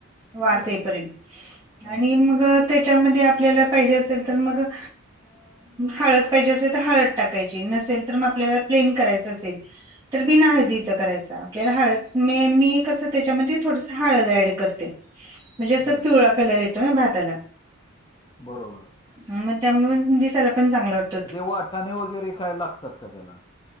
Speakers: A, on the right (about 20°); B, on the left (about 20°).
A: वास
B: बर
A: येई पर्यंत
B: हा
A: आणि मग त्याच्यामध्ये आपल्याला पाहिजे असेल तर मग अ हळद पाहिजे असेल तर हळद टाकायची नसेल तर म आपल्याला प्लेन करायचं असेल तर बिन हळदीच करायचं आपल्याला हळद मी कसं त्याच्यामध्ये थोडंसं हळद ऍड करते. म्हणजे असं
B: बर
A: पिवळा कलर येतो ना भाताला
B: बरोबर
A: मग त्यामुळे दिसायला पण चांगलं वाटतं
B: ते वाटाणे वगैरे काय लागतात का त्याला?